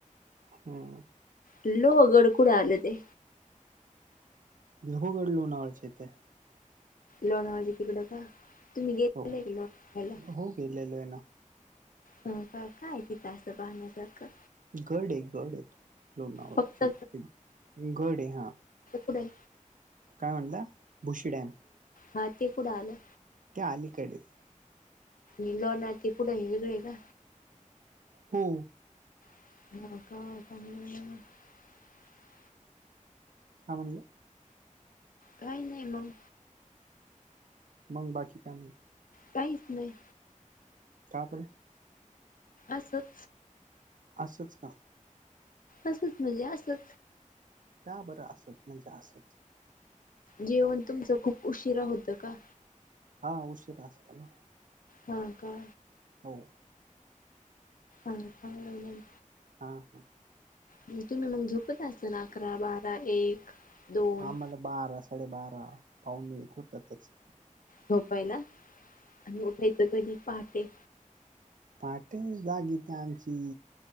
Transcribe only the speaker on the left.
हॅलो गडकुडे आले ते
लोणावाजी तिकडं का तुम्ही गेलेले
का लोणावळ्याला
क काय काय तिथं असंत पाहण्यासारखं
फक्त
कुठाय
हा ते कुठं आलं?
लोणावळा ते पुढे आहे वेगळ आहे का
<unintelligible>
काही नाही मंग
काहीच नाही
असचं
असचं म्हणजे असचं
जेवण तुमचं खूप उशिरा होतं का?
हा, का
आणि काय म नवीन नवीन
आणि तुम्ही मंग झोपत असाल अकरा, बारा, एक दोन
झोपायला? आणि उठायचं कधी? पहाटे.